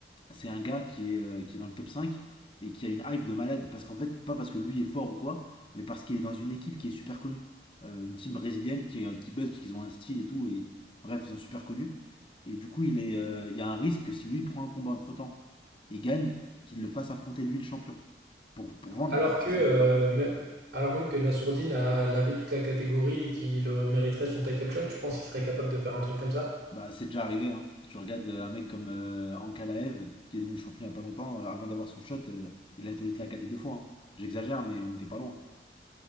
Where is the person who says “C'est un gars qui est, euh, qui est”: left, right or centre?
Left